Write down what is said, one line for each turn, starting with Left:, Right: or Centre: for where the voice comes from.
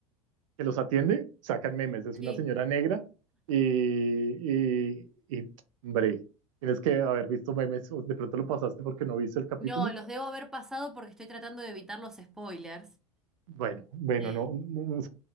Right: que los atiende, sacan memes. Es
Centre: Sí.
Right: una señora negra y, y, y, hombre, tienes que haber visto memes o de pronto lo pasaste porque no viste el capítulo.
Centre: No, los debo haber pasado porque estoy tratando de evitar los spoilers.
Right: Bueno, bueno,
Centre: Sí.
Right: no, no, no,